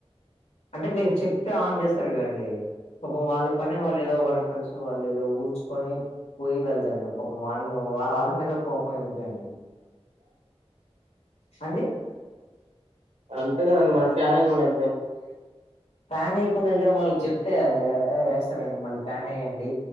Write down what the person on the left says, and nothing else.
అంటే మీరు చెప్తే ఆన్ చేస్తారు కదండి. పాపం వాళ్ళ పని వాళ్ళు ఏదో వర్కర్స్ వాళ్ళేదో ఊర్చుకొని పోయి వెళ్తారండి. పాపం వాళ్ళు వాళ్ళ మీద కోపం ఎందుకండి సన్ని
ఫ్యాన్ వెయ్యకుండా వెళ్లిన వాళ్ళకి చెప్ప ఆ ఎస్తారు కదాండి మళ్ళీ ఫ్యాన్ వెయ్యండి